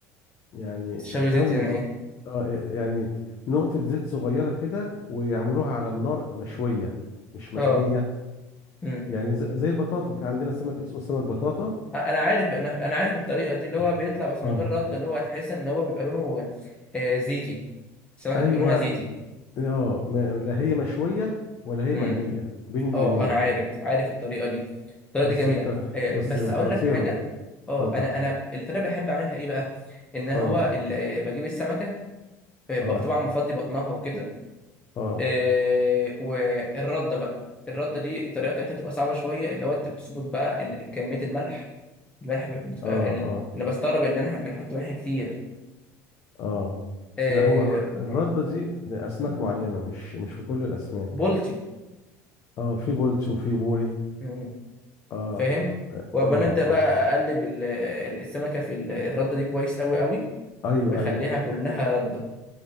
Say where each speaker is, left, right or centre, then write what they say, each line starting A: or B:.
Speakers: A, on the left; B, on the left.
A: يعني
B: شوي
A: شوي
B: زيت يعني
A: ز...
B: ايه
A: اه يعني نقطه زيت صغيره كده ويعملوها على النار مشويه مش مقليه
B: اه امم
A: يعني ز- زي البطاطا في عندنا سمك اسمه سمك بطاطا
B: انا عارف انا انا عارف الطريقه دي اللي هو
A: اه
B: بيطلع بس من
A: آه.
B: غير رد اللي هو هتحس ان هو بيبقى لونه آه، زيتي السمكه
A: ايوه
B: تبقى لونها زيتي
A: اه ما- لا هي مشويه ولا هي
B: امم
A: مقليه بين البنين
B: اه انا عارف عارف الطريقه دي الطريقه
A: بس
B: دي جميله
A: بت...
B: آه،
A: بس
B: بس
A: خطيره
B: اقول لك حاجه
A: اتفضل
B: اه انا انا الطريقه بحب اعملها ايه بقى ان هو
A: اه
B: ال- آه، بجيب السمكه آه، ب-
A: اه
B: طبعا بفضي بطنها وكده
A: اه
B: آه، والرده بقى الرده دي الطريقه بتاعتها بتبقى صعبه شويه اللي هو انت بتظبط بقى ال- كميه الملح الملح بتبقى
A: اه
B: ال-
A: اه
B: انا بستغرب ان احنا بنحط ملح كتير
A: اه
B: آه،
A: لا هو الر-
B: و-
A: الردة دي لأسماك
B: مم،
A: معينة مش مش في كل الأسماك
B: بولتي
A: اه في بولتي وفي بوري
B: مم،
A: اه
B: فاهم وبنبدا
A: اه اه
B: بقى اقلب ال- ال- السمكه في ال- الرده دي كويس قوي قوي
A: ايوه
B: بخليها
A: ايوه
B: كلها رده